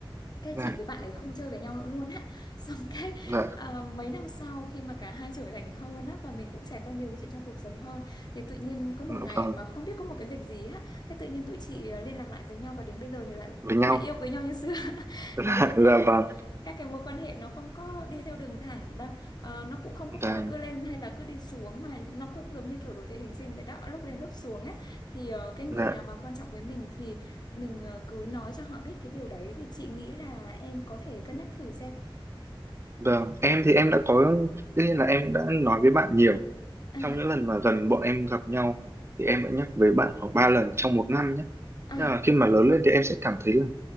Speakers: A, on the left; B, on the right.
A: cái
B: dạ
A: chị với bạn ấy không chơi với nhau nữa luôn á xong cái
B: dạ
A: à, mấy năm sau khi mà cả hai trưởng thành hơn á và mình cũng trải qua nhiều cái chuyện trong cuộc sống hơn thì tự nhiên có một
B: dạ,
A: ngày
B: vâng
A: mà không biết có một cái việc gì á thế tự nhiên tụi chị à, liên lạc lại với nhau và đến bây giờ thì lại
B: với
A: lại
B: nhau
A: yêu quý nhau như xưa <laughs>
B: <laughs>
A: đấy thế nên
B: dạ vâng
A: các cái mối quan hệ nó không có đi theo đường thẳng đâu Ờ, nó cũng không có phải
B: dạ
A: là cứ lên hay là cứ đi xuống mà nó cũng giống như kiểu đồ thị hình sin vậy đó lúc lên lúc xuống á thì ờ, cái người
B: dạ
A: nào mà quan trọng với mình thì mình ờ, cứ nói cho họ biết cái điều đấy thì chị nghĩ là em có thể cân nhắc thử xem
B: vâng em thì em đã có tất nhiên là em đã nói với bạn nhiều
A: à,
B: trong
A: à,
B: những lần mà gần bọn em gặp nhau thì em đã nhắc với bạn khoảng 3 lần trong một năm nhé
A: à,
B: nhưng mà khi mà lớn lên thì em sẽ cảm thấy là